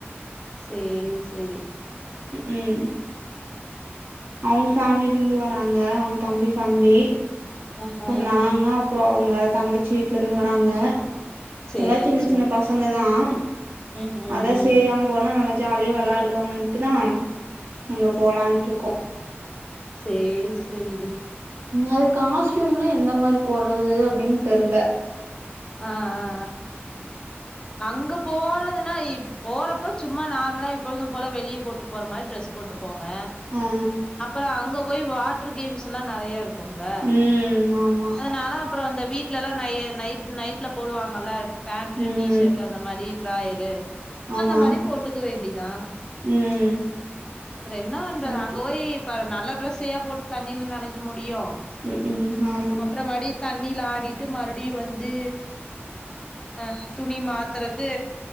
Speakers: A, on the left; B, on the right.
A: சேரி சேரி
B: க்கும் அவங்க ஃபேமிலிலருந்து வராங்க அவங்க தம்பி ஃபேமிலி
A: ஆ
B: அப்பறம்
A: ஆ
B: நாங்க
A: ஆ
B: அப்றம் அவங்க தங்கச்சி வீட்டல இருந்து வராங்க
A: சேரி
B: எல்லா சின்ன
A: சேரி
B: சின்ன பசங்க பசங்க தான்
A: ம் ம்
B: அதான்
A: ம்
B: சேரி அங்க போனா நல்லா ஜாலியா விளையாடுவாங்கன்ட்டுதா அங்க போலான்ட்டு இருக்கோம்
A: சேர் சேரிடி
B: அது காஸ்ட்யூம்லாம் எந்த மாதிரி போடுறது அப்டின்னு தெர்ல.
A: ஆ ஆ ஆஅங்க போறதுன்னா போறப்ப சும்மா நார்மலா எப்பொழுதும் போல வெளிய போட்டு போற மாறி ட்ரெஸ் போட்டு போங்க
B: ஆ
A: அப்பறம் அங்க போய் வாட்டர் கேம்ஸ்ல்லாம் நிறைய இருக்கும் இருக்கும்ல
B: ம் ஆமா
A: அதனால அப்பறம் அந்த வீட்ல எல்லாம் நை நைட் இரு நைட்ல போடுவாங்கல்ல பேண்ட்டு
B: ம்
A: டிசர்ட் அந்த மாறி டிராயரு
B: ஆமா
A: அந்த மாறி போட்டுக்க வேண்டிதான்
B: ம்
A: அப்பறம் என்ன பண்றது
B: கரெக்ட்
A: அங்க போய் அப்ப நல்ல ட்ரெஸ்ஸையா போட்டு தண்ணில நனைக்க முடியும்
B: ம் ம் ஆமா
A: அப்புறம் மறுபடி தண்ணில ஆடிட்டு மறுபடி வந்து ஆ துணி மாத்தறக்கு